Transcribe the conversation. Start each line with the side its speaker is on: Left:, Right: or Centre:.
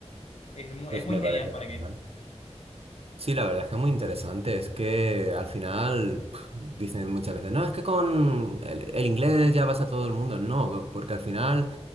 Left: Es muy,
Right: Pues
Left: es muy
Right: me
Left: genial,
Right: parece
Left: ¿para
Right: genial.
Left: qué?
Right: Sí, la verdad es que es muy interesante. Es que al final pf, dicen muchas veces, no, es que con el, el inglés ya vas a todo el mundo. No, po- porque al final,